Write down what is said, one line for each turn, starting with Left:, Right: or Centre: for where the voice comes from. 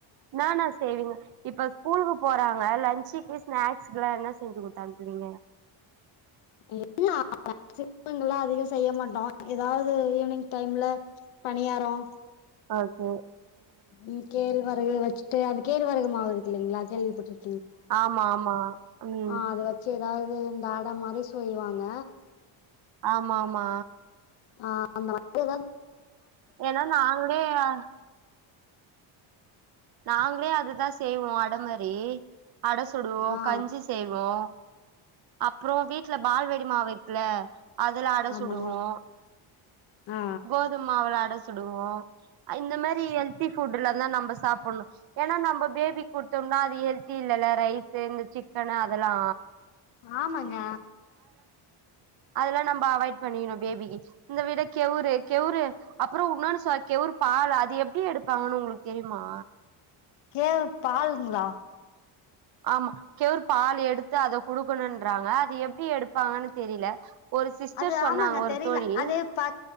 Right: இனான செய்விங்க இப்ப ஸ்கூலுக்கு போறாங்க லன்சுக்கு ஸ்நாக்ஸ் இதெல்லா என்ன செஞ்சு குடுத்தானுப்புவீங்க
Left: என்னா <inaudible> அதிகோ செய்ய மாட்டோ ஏதாவது ஈவினிங் டைம்ல பணியாரோ
Right: ஓகே
Left: ம் கேள் வரகு வச்சிட்டு அந்த கேழ்வரகு மாவு இருக்கில்லிங்ளா கேள்விப்பட்டுரு
Right: ஆமா ஆமா ம்
Left: ஆ அது வச்சி எத் அதாவது இந்த அட மாரி சொய்வாங்க
Right: ஆமாமா
Left: ஆ அந்த மாரி எதாது
Right: எனா நாங்ளே அ நாங்ளே அதுதா செய்வோ அட மரி அட சுடுவோ
Left: ஆ
Right: கஞ்சி செய்வோ அப்புறோ வீட்ல பால் வை <unintelligible> மாவிட்ல அதுல அட
Left: ஆமா
Right: சுடுவோ
Left: ஆ
Right: கோதுமாவுள அட சுடுவோ இந்த மாரி ஹெல்த்தி ஃபுட்டுல தா நம்ப சாப்புணு ஏன்னா நம்ம பேபி கொடுத்தோம்னா அது ஹெல்தி இல்லல ரைஸ்சு இந்த சிக்கனு அதெலா
Left: ஆமாங்க
Right: அதெல்லா நம்ப அவாய்ட் பண்ணிக்கணு பேபிக்கு இந்த விடேக் கெவுரு கெவுரு அப்புறோ உன்னொன்னு சொல் கெவுரு பால் அது எப்டி எடுப்பாங்கன்னு உங்களுக்கு தெரியுமா
Left: கே பாலுங்களா
Right: ஆமா கெவுர் பால் எடுத்து அத குடுக்கணும்ன்றாங்க அது எப்டி எடுப்பாங்கன்னு தெரில ஒரு சிஸ்டர்
Left: அது
Right: சொன்னாங்க
Left: ஆமாங்க
Right: ஒரு
Left: தெரில
Right: தோழி
Left: அது ப